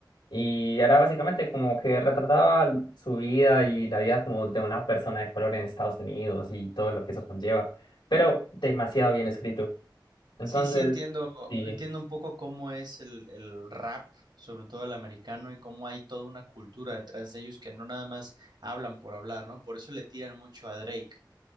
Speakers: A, on the left; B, on the right.
A: Y era básicamente como que retrataba su vida y la vida como de una persona de color en Estados Unidos y todo lo que eso conlleva. Pero demasiado bien escrito. Entonces,
B: Sí, sí entiendo,
A: sí,
B: entiendo un poco cómo es el, el rap, sobre todo el americano, y cómo hay toda una cultura detrás de ellos que no nada más hablan por hablar, ¿no? Por eso le tiran mucho a Drake,